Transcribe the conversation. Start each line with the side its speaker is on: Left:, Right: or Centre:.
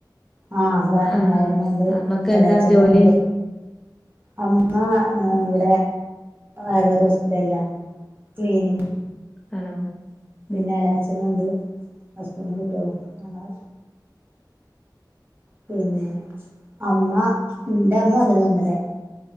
Right: ആഹ് ഇവിടെ അമ്മായ്മ്മണ്ട്
Centre: ആഹ് അമ്മക്ക്
Right: എളേച്ഛനും
Centre: എന്താ ജോലി
Right: ഉണ്ട് അമ്മ ഏ
Centre: ഉം
Right: ആയുർവേദ ഹോസ്പിറ്റൽല്ല ക്ലീനിങ്
Centre: ആണോ
Right: പിന്നെ
Centre: ഉം
Right: എളേച്ഛനുണ്ട് ഹസ്ബൻഡും കിട്ട്യോളും ഞങ്ങൾ പിന്നെ അമ്മ ഇന്റമ്മ വന്നേന്നു ഇന്നലേ